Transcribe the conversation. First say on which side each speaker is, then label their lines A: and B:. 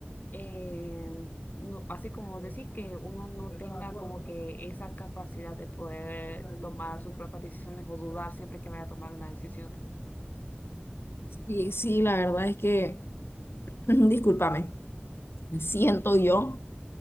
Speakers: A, on the left; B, on the left.
A: eh, no, así como decir que uno no tenga como que esa capacidad de poder tomar sus propias decisiones o dudar siempre que vaya a tomar una decisión.
B: Y sí, la verdad es que, <clears throat> discúlpame, siento yo